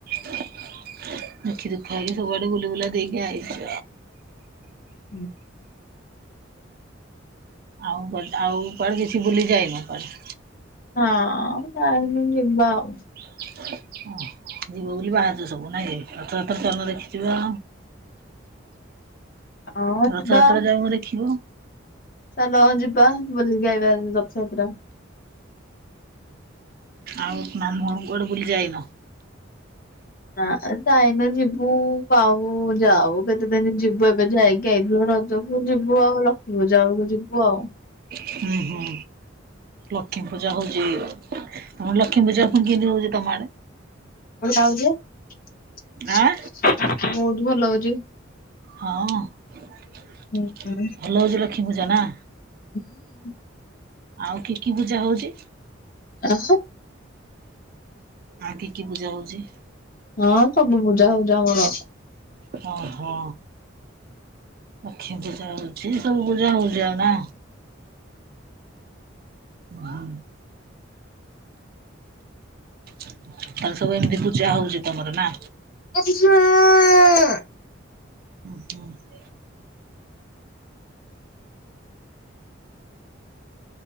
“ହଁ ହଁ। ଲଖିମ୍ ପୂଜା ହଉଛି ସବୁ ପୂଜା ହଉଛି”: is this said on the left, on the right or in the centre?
Right